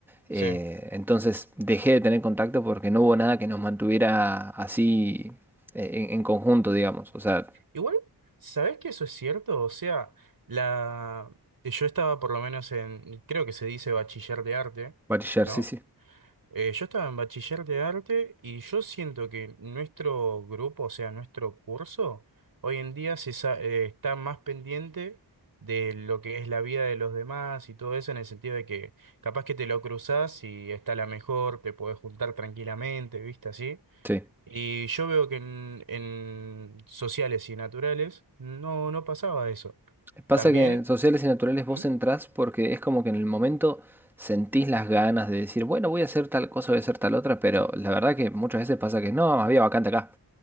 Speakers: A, in the centre; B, on the right (about 55°).
A: eh,
B: sí.
A: entonces dejé de tener contacto porque no hubo nada que nos mantuviera así eh, en, en conjunto, digamos. O sea,
B: Igual, ¿sabés que eso es cierto? O sea, la... yo estaba por lo menos en, creo que se dice bachiller de arte,
A: Bachiller,
B: ¿no?
A: sí, sí.
B: Eh, yo estaba en bachiller de arte y yo siento que nuestro grupo, o sea, nuestro curso, hoy en día se sa- eh, está más pendiente de lo que es la vida de los demás y todo eso, en el sentido de que capaz que te lo cruzás y está la mejor, te podés juntar tranquilamente, ¿viste? Así.
A: Sí.
B: Y yo veo que en, en sociales y naturales no, no pasaba eso.
A: Pasa
B: También,
A: que en sociales y naturales vos
B: ¿Mm?
A: entrás porque es como que en el momento sentís las ganas de decir, bueno, voy a hacer tal cosa, voy a hacer tal otra, pero la verdad que muchas veces pasa que no, había vacante acá.